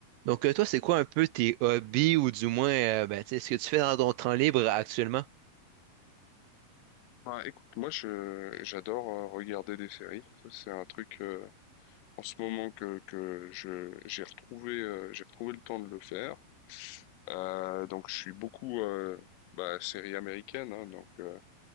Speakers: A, on the right; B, on the left.
A: Donc, euh, toi, c'est quoi un peu tes hobbies ou du moins, euh, ben, tu sais, ce que tu fais dans ton temps libre actuellement?
B: Bah écoute, moi je j'adore euh, regarder des séries. Ça, c'est un truc euh, en ce moment que, que je j'ai retrouvé euh, j'ai retrouvé le temps de le faire. Euh, donc je suis beaucoup euh, bah, série américaine. hein. donc euh,